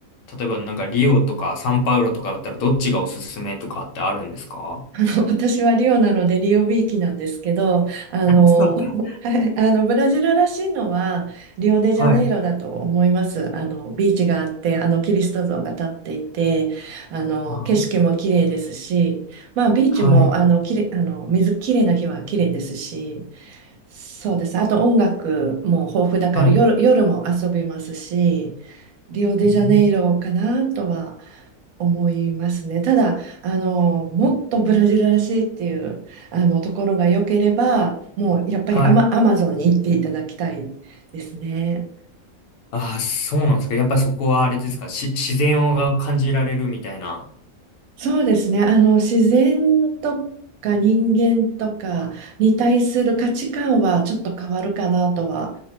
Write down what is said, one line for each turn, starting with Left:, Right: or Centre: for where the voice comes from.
Left: 例えばなんかリオとかサンパウロとかだったらどっちがおすすめとかってあるんですか
Right: あの <laughs> 私はリオなのでリオビーきなんですけど、あの、
Left: あそうか。
Right: <laughs> はいあのブラジルらしいのはリオデジャネイロだと思います。
Left: はい。
Right: あのビーチがあって、あのキリスト像が立っていて、あの景色も綺麗ですし、
Left: あ、
Right: まあビーチもあのきれい、
Left: はい。
Right: あの水綺麗な日は綺麗ですし、そうです。あと音楽も豊富だから夜、
Left: はい。
Right: 夜も遊びますし、リオデジャネイロかなとは
Left: うん
Right: 思いますね。ただ、あの、もっとブラジルらしいっていう、あの、ところが良ければ、もうやっぱりアマ、
Left: はい。
Right: アマゾンに行っていただきたいですね。
Left: ああそうなんですか。やっぱそこはあれですか。し、自然が感じられるみたいな。
Right: そうですね。あの、自然とか人間とかに対する価値観はちょっと変わるかなとは